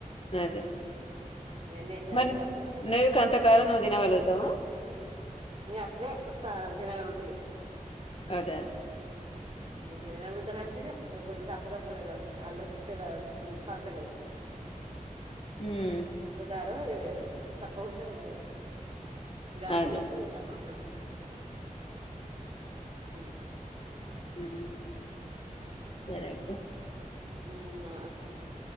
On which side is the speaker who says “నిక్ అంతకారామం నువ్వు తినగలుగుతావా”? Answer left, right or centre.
Left